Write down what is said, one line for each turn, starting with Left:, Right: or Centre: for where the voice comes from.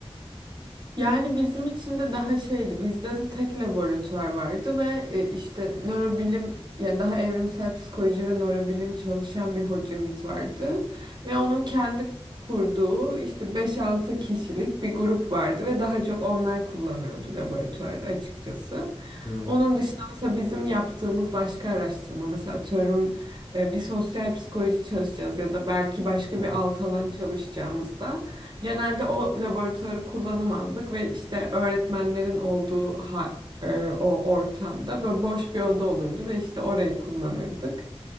Right: Yani bizim için de daha şeydi. Bizde de tek laboratuvar vardı ve e, işte nörobilim yani daha evrimsel psikoloji ve nörobilim çalışan bir hocamız vardı. Ve onun kendi kurduğu işte beş-altı kişilik bir grup vardı ve daha çok onlar kullanıyordu laboratuvarı açıkçası.
Left: Hmm,
Right: Onun dışında mesela bizim yaptığımız başka araştırma mesela atıyorum e, bir sosyal psikoloji çalışacağız ya da belki başka
Left: Hı hı.
Right: bir alt alan çalışacağımızda Genelde o laboratuvarı kullanamazdık ve işte öğretmenlerin olduğu ha- e, o ortamda böyle boş bir oda olurdu ve işte orayı kullanırdık.